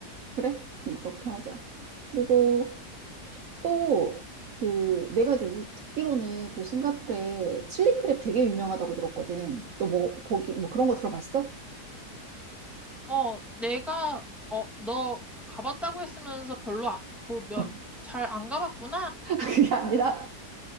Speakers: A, on the right (about 60°); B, in the centre.
A: 그래? 음, 그렇게 하자. 그리고 또 그 내가 들- 듣기로는 그 싱가포르에 칠리크랩 되게 유명하다고 들었거든. 너 뭐 거기 뭐 그런 거 들어봤어?
B: 어, 내가, 어, 너 가봤다고 했으면서 별로 아, 보,
A: <laughs>
B: 잘안 가봤구나
A: 그게 아니라